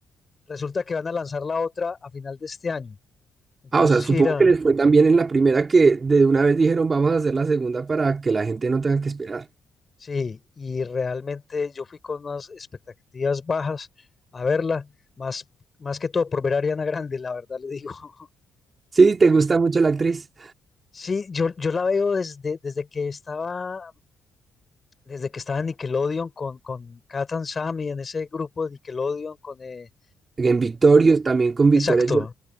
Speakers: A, on the left; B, on the right.
A: resulta que van a lanzar la otra a final de este año. Entonces,
B: Ah, o sea, supongo
A: gira,
B: que les fue tan bien en la primera que de una vez dijeron, vamos a hacer la segunda para que la gente no tenga que esperar.
A: Sí, y realmente yo fui con unas expectativas bajas a verla, más, más que todo por ver a Ariana Grande, la verdad le digo. <laughs>
B: Sí, te gusta mucho la actriz.
A: Sí, yo, yo la veo desde, desde que estaba, desde que estaba en Nickelodeon con, con Kat and Sammy, en ese grupo de Nickelodeon con eh,
B: En Victorious, también con Victoria,
A: exacto.